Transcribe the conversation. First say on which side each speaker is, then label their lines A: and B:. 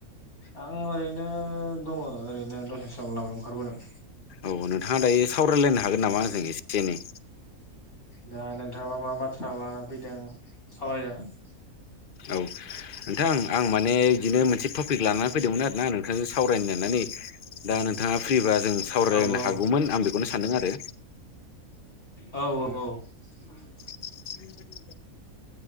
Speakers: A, on the left; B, on the left.
A: आं ओरैनो दङ ओरैनो दसे सम लामायाव ओंखारबोदों।
B: औ नोंथाङा दायो सावरायलायनो हागोन नामा आंजों एसे एनै?
A: दा नोंथाङा मा बाथ्रा लाना फैदों सावरायजागोन।
B: औ नोंथां आं माने बिदिनो मोनसे टपिक लानानै फैदोंमोन आरोना नोंथांजों साव रायनो होननानै दा नोंथाङा फ्रि बा जों सावरायनो
A: औ औ
B: हागौमोन आं बेखौनो सानदों आरो।
A: औ औ।
B: <unintelligible>